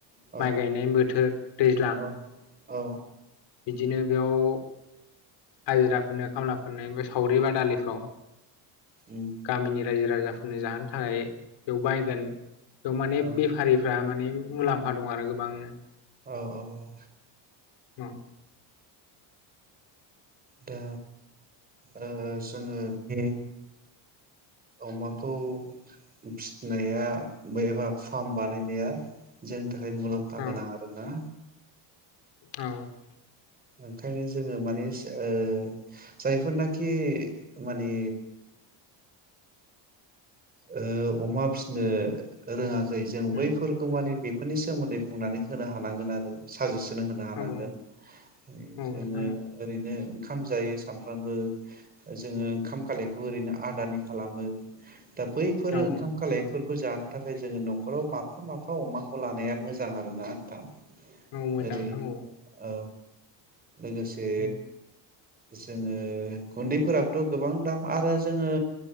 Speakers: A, on the right; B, on the left.
A: औ
B: माइ गायनाय बोथोर दैज्लां
A: औ औ
B: बिदिनो बेयाव हाजिराफोरनो खामलाफोरनो बे सावरि बादालिफ्राव
A: उम
B: गामिनि रायजो राजाफोरनो जाहोनो थाखाय बेयाव बायगोन थ माने
A: औ
B: बेफारिफ्रा माने मुलाम्फा दं आरो गोबांनो
A: औ औ
B: ओम
A: दा ओ जोङो बे अमाखौ फिसिनाया एबा फार्म बानायनाया जों थाखाय मुलाम्फा
B: औ
A: गोनां आरो ना
B: औ
A: ओंखायनो जोङो माने ओ जायफोरनाखि माने ओ अमा फिनो रोङा खै जों बैफोरखौ
B: उम
A: माने बे फोरनि सोमोन्दै बुंनानै होनो हानांगोन आरो साजेस होनो हानांगोन
B: औ औ
A: माने
B: नोंथां
A: जोङो ओरैनो ओंखाम जायो सामफ्रामबो जोङो ओंखाम खालायखौ ओरैनो आदानि खालामो दा बैफोर
B: औ
A: ओंखाम खालायफोर खौ जानो थाखाय जोङो न'खराव माफा माफा अमाखौ लानाया मोजां आरो ना नोंथां।
B: आंबो मोजां
A: ओरै
B: नोंथां औ
A: औ लोगोसे
B: उम
A: जोङो गुन्दैफोराबोथ' गोबां दाम आरो जोङो